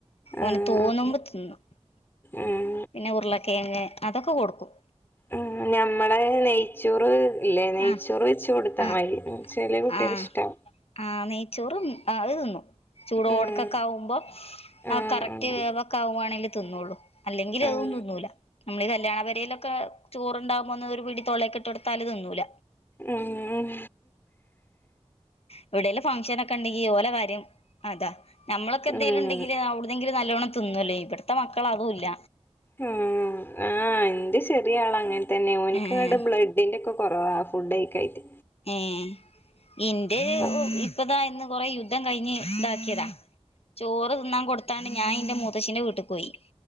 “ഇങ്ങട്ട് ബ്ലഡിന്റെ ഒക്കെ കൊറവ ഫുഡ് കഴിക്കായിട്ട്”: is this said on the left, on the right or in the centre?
Left